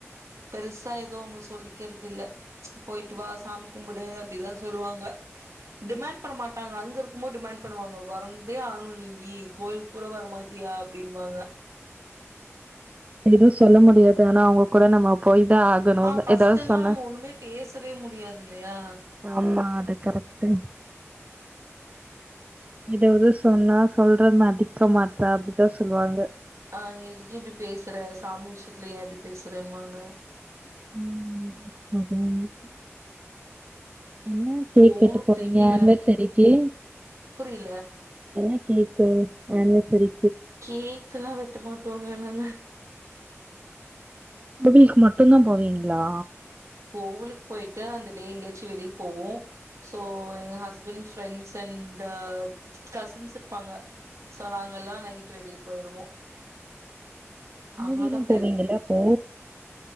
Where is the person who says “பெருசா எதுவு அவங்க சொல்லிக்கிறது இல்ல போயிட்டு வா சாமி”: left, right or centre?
Right